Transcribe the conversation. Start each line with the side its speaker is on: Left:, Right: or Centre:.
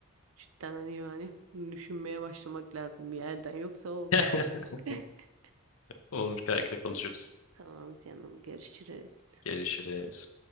Right: cidden hani yani düşünmeye başlamak lazım bir yerden. Yoksa o
Left: <laughs>
Right: karar... <laughs>
Left: Olur kanka konuşuruz.
Right: Tamam canım görüşürüz.
Left: Görüşürüz.